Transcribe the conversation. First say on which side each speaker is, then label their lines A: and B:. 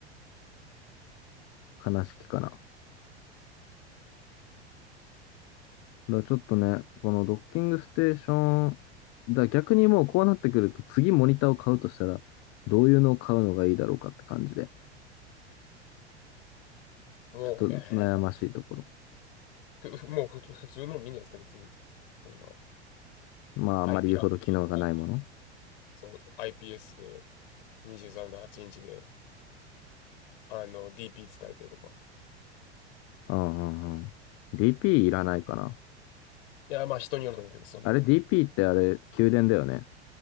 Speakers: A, on the left (about 40°); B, on the left (about 60°).
A: 悲しきかな。だからちょっとね、このドッキングステーション、だ逆にもうこうなってくると、次モニターを買うとしたら、どういうのを買うのがいいだろうかって感じで、
B: もう、
A: ちょっと悩ましいところ。
B: えー、ふふもうふつ普通のでいいんじゃないですか、別に。そんな
A: まあ、あんまり言うほど機能がないもの。
B: IP、アイピーそう、IPS で23.8インチで、あの、DP 使えてとか。
A: うんうんうん。DP いらないかな。
B: いや、まあ人によると思うけど、そうね。
A: あれ
B: うん。
A: DP ってあれ、給電だよね。